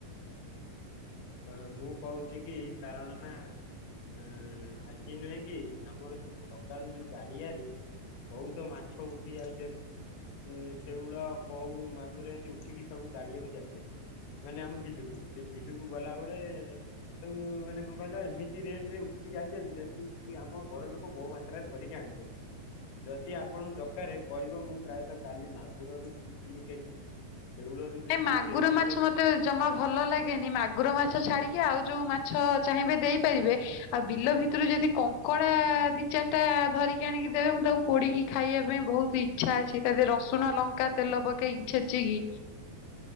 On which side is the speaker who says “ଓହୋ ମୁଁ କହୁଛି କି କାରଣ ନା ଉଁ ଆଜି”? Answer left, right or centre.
Left